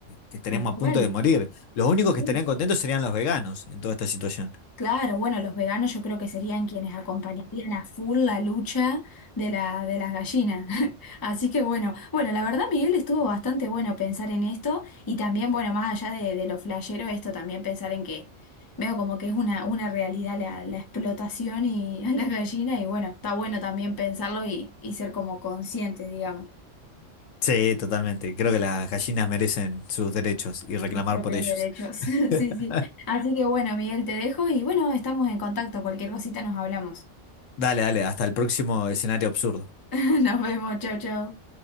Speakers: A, on the left; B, on the left.
A: que Estaríamos
B: Tal cual,
A: a punto de morir. Los únicos
B: tal
A: que
B: cual.
A: estarían contentos serían los veganos en toda esta situación.
B: Claro, bueno, los veganos yo creo que serían quienes acompañarían a full la lucha de la, de las gallinas. <laughs> Así que bueno, bueno, la verdad, Miguel, estuvo bastante bueno pensar en esto y también, bueno, más allá de, de lo flashero, esto también pensar en que veo como que es una, una realidad la, la explotación y <laughs> a las gallinas y bueno, está bueno también pensarlo y, y ser como consciente, digamos,
A: Sí, totalmente. Creo que las gallinas merecen sus derechos y reclamar
B: de sus propios
A: por ellos.
B: derechos. <laughs>
A: <laughs>
B: Sí, sí. Así que bueno, Miguel, te dejo y bueno, estamos en contacto, cualquier cosita nos hablamos.
A: Dale, dale, hasta el próximo escenario absurdo.
B: <laughs> Nos vemos, chau, chau.